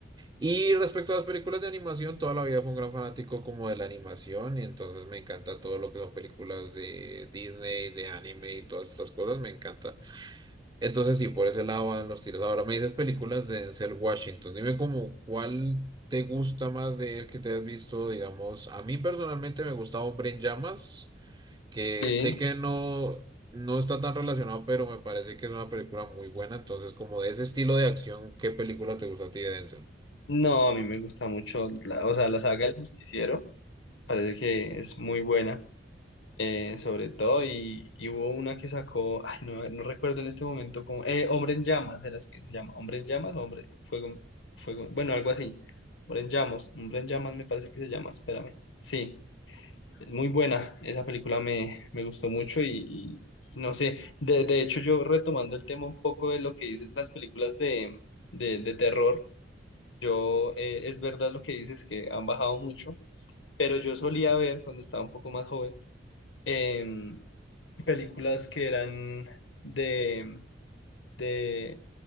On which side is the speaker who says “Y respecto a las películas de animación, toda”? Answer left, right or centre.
Right